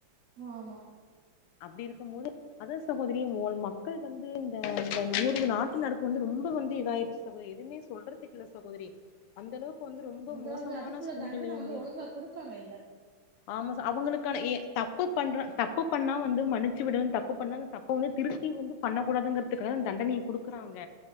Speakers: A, on the right; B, on the left.
A: ஆமா
B: அப்டி இருக்கும் போது அதா சகோதரி மக்கள் வந்து இந்த இந்த நூரு நாட்டு நடப்பு வந்து ரொம்ப வந்து இதாயிச்சு சகோதரி எதுமே சொல்றத்கில்ல சகோதரி அந்த அளவுக்கு வந்து ரொம்ப
A: அதாவது
B: மோசமான
A: அதுக்குள்ள
B: சூழ்நிலைங்க
A: தண்டன வந்து ஒழுங்கா குடுக்காங்க இல்ல
B: ஆமா சகோ அவங்களுக்கான எ தப்பு பண்ற தப்பு பண்ணா வந்து மன்னிச்சு விடுனு தப் தப்பு பண்ணா அந்த தப்ப வந்து திருப்பி வந்து பண்ணக் கூடாதுங்கறதுக்காக தா தண்டனைய குடுக்குறாங்க